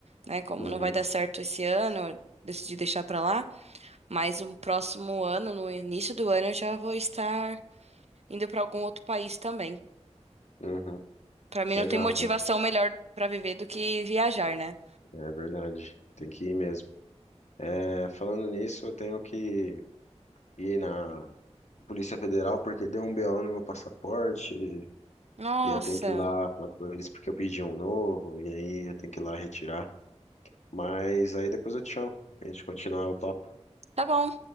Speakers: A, on the right (about 65°); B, on the left (about 75°).
A: né? Como
B: Uhum,
A: não vai dar certo esse ano, eu decidi deixar pra lá, mas no próximo ano, no início do ano, eu já vou estar indo pra algum outro país também.
B: uhum.
A: Pra mim
B: Legal,
A: não tem motivação
B: né?
A: melhor pra viver do que viajar, né?
B: É verdade. Tem que ir mesmo. É, falando nisso, eu tenho que ir na Polícia Federal porque deu um BO no meu passaporte.
A: Nossa,
B: E eu tenho que ir lá falar com eles porque eu pedi um novo. E aí eu tenho que ir lá retirar. Mas aí depois eu te chamo. A gente continuar o papo,
A: tá bom.